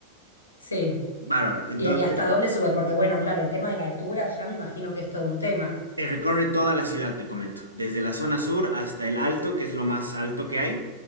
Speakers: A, on the left; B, on the right.
A: Sí.
B: Bárbaro. Entonces,
A: ¿Y, y hasta dónde sube? Porque bueno, claro, el tema de la altura ya me imagino que es todo un tema.
B: Eh, Recorre toda la ciudad, te comento, desde la zona sur hasta el alto, que es lo más alto que hay,